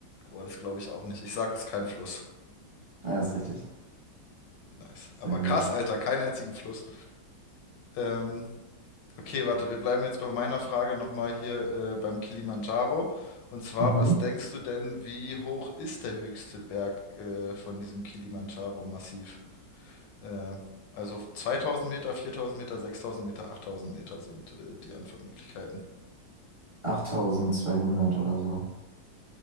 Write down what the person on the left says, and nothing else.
Boah, das glaube ich auch nicht. Ich sage es kein Fluss.
Nice.
Aber
krass, Alter, keinen einzigen Fluss. Ähm, okay, warte, wir bleiben jetzt bei meiner Frage nochmal hier äh, beim Kilimanjaro. Und zwar,
was denkst du denn, wie hoch ist der höchste Berg äh, von diesem Kilimanjaro-Massiv? Äh, also 2000 Meter, 4000 Meter, 6000 Meter, 8000 Meter sind äh, die Antwortmöglichkeiten.